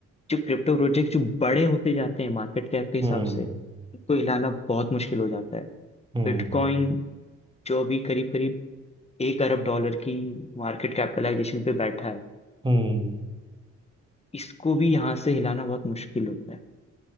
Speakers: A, on the left (about 20°); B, on the right (about 15°).
A: जो क्रिप्टो प्रोजेक्ट जो बड़े होते जाते हैं मार्केट कैप के हिसाब
B: हम्म
A: से उनको हिलाना बहुत मुश्किल हो जाता है
B: हम्म
A: बिटकॉइन जो अभी करीब करीब एक अरब डॉलर की मार्केट कैपिटलाइजेशन पे बैठा है
B: हम्म।
A: इसको भी यहाँ से हिलाना बहुत मुश्किल होता है